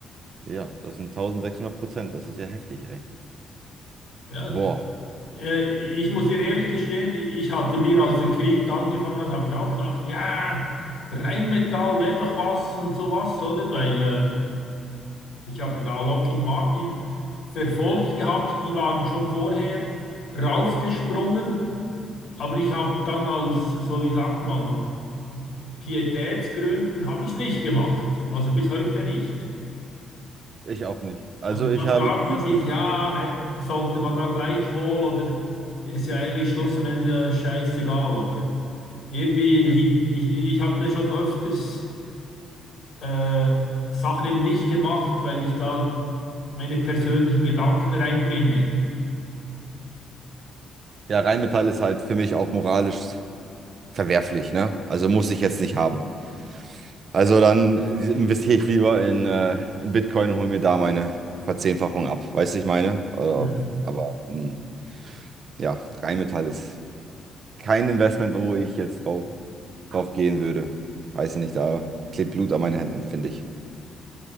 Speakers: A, on the right; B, on the left.
A: Ja, das sind 1600 Prozent, das ist ja heftig, ey.
B: Ja,
A: Boah,
B: äh, ich muss dir ehrlich gestehen, ich hatte mir, als der Krieg da angefangen hat, habe ich auch gedacht, ja, Rheinmetall wäre doch was und sowas, oder? Weil äh, Ich hatte da Lockheed Martin verfolgt gehabt, die waren schon vorher raufgesprungen, aber ich habe dann aus, so wie sagt man, Pietätsgründen habe ich es nicht gemacht, also bis heute nicht.
A: ich auch nicht. Also
B: Und
A: ich
B: da fragt
A: habe nie,
B: man sich, ja, hä- sollte man da gleichwohl oder ist ja eigentlich Schluss am Ende ja scheißegal, aber irgendwie
A: ja,
B: hielt ich, ich habe da schon öfters äh, Sachen eben nicht gemacht, weil ich da meine persönlichen Gedanken reinbringe.
A: ja, Rheinmetall ist halt für mich auch moralisch verwerflich, ne? Also muss ich jetzt nicht haben. Also dann investiere ich lieber in, äh, in Bitcoin und hole mir da meine Verzehnfachung ab. Weißt du, ich meine? Oder,
B: Mhm.
A: aber mh, ja, Rheinmetall ist kein Investment, wo ich jetzt drauf, drauf gehen würde. Weiß ich nicht, da klebt Blut an meinen Händen, finde ich.